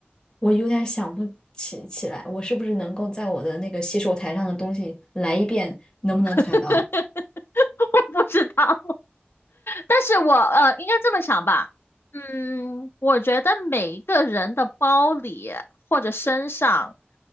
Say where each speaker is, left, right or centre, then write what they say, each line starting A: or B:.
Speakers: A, on the left; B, on the left.
A: 我有点想不起起来，我是不是能够在我的那个洗手台上的东西来一遍，能不能猜到？
B: <laughs> 我不知道。但是我呃，应该这么想吧，嗯，我觉得每一个人的包里或者身上，